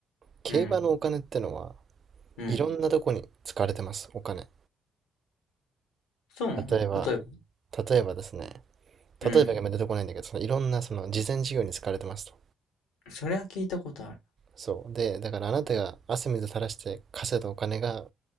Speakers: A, on the right (about 55°); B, on the left (about 80°).
A: 競馬のお金ってのは、
B: ううん。うん。
A: いろんなとこに使われてます、お金。
B: そうなの例えば。
A: 例えば、例えばですね、
B: うん。
A: 例えばがあんまり出てこないんだけど、そのいろんなその慈善事業に使われてますと。
B: それは聞いたことある。
A: そう。で、だからあなたが汗水垂らして稼いだお金が